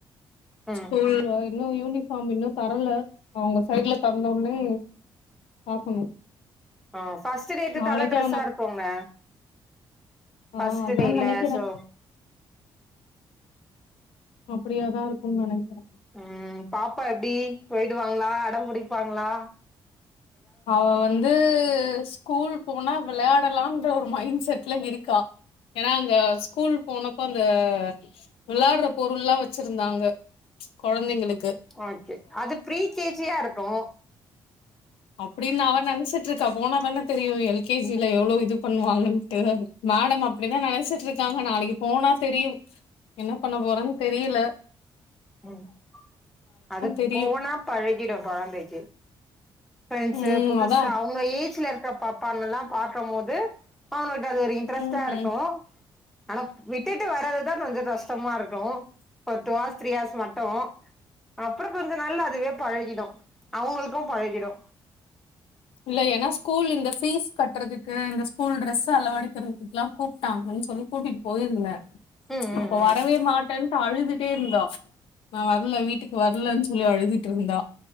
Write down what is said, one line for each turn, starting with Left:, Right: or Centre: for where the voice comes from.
Centre: ம்
Left: ஸ்கூல்ல இன்னும் யூனிபாம் பார்ம் இன்னு தரல, அவுங்க சைட்ல தந்தவொன்னே பாக்கணு.
Centre: ஆஹ் பர்ஸ்ட் டேக்கு
Left: நாளைக்கு
Centre: கலர் ட்ரெஸ்ஸா
Left: ஆனா
Centre: இருக்குங்க
Left: ஆ
Centre: பர்ஸ்டு
Left: அதா
Centre: டேல
Left: நெனைக்கிறே
Centre: சோ
Left: அப்படியாதா இருக்குன்னு நெனைக்கிறே
Centre: உம் பாப்பா எப்டி போயிடு வாங்களா அடம் பிடிப்பாங்களா?
Left: அவ வந்து ஸ்கூல் போனா விளையாடலான்ற ஒரு மைண்ட் செட்ல இருக்கா, ஏனா அங்க ஸ்கூல் போனப்ப அந்த விளையாடற பொருள் எல்லா வெச்சிருந்தாங்க கொழந்தைங்களு
Centre: ஓகே அது ப்ரீ கே ஜியா இருக்கு
Left: அப்டின்னு அவ நினச்சிட்டுட்ருக்கா போனாாதான தெரியு எல் கே ஜில எவ்ளோ இது பண்ணுவாங்கன்ட்டு மேடம் அப்டிதா நினச்சிட்டு இருக்காங்க நாளைக்கு போனா தெரியு. என்ன பண்ண போறன்னு தெரில
Centre: உம் அது
Left: தெரியு
Centre: போனா பழகிடு கொழந்தைக்கு பிரெண்ட்ஸு
Left: ம்
Centre: புதுசா
Left: அதா
Centre: அவுங்க ஏஜ்ல இருக்கப்ப பல்லா பாக்கம்போது அவனுடைய அது ஒரு இன்ட்ரெஸ்டா
Left: ம்
Centre: இருக்கு ஆனாப் விட்டுட்டு வர்றதுதான் கொஞ்சோ கஷ்டமாருக்கு ஒரு டூ ஹார்ஸ் த்ரீ ஹார்ஸ் மட்டு அப்புறோ கொஞ்ச நாள்ல அதுவே பழகிடு அவங்களுக்கும் பழகிடு
Left: இல்ல ஏனா ஸ்கூல் இந்த ஃபீஸ் கட்டறதுக்கு இந்த ஸ்கூல் ட்ரெஸ் அளவெடுக்கறதுக்கெல்லாங் கூப்ட்டாங்கன்னு சொல்லி கூட்டிட்டுப் போயிருந்த
Centre: ம் ம்
Left: அப்போ
Centre: ம்
Left: வரவே மாட்டன் ட்டு அழுதுட்டே இருந்தா நா வர்ல வீட்டுக்கு வர்லன்னு சொல்லி அழுதுட்டு இருந்தா